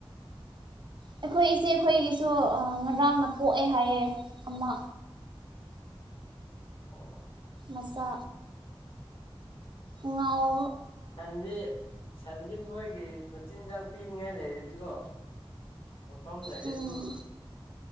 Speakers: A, on the right; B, on the left.
A: ꯑꯩꯈꯣꯏ ꯏꯆꯦ ꯑꯩꯈꯣꯏꯒꯤꯁꯨ ꯉꯔꯥꯡꯅ ꯄꯣꯛꯑꯦ ꯍꯥꯏꯌꯦꯦ ꯑꯃ
B: ꯑꯣ
A: ꯑꯁ ꯉꯎ
B: ꯆꯟꯖꯤ ꯁꯟꯗꯤ ꯃꯣꯏꯒꯤ ꯃꯆꯤꯟꯖꯥꯛ ꯄꯤꯅꯤꯡꯉꯥꯏ ꯂꯩꯔꯗꯤꯀꯣ ꯃꯐꯝꯗꯥꯏꯗꯤ
A: ꯎꯝ
B: ꯑꯗꯨꯝ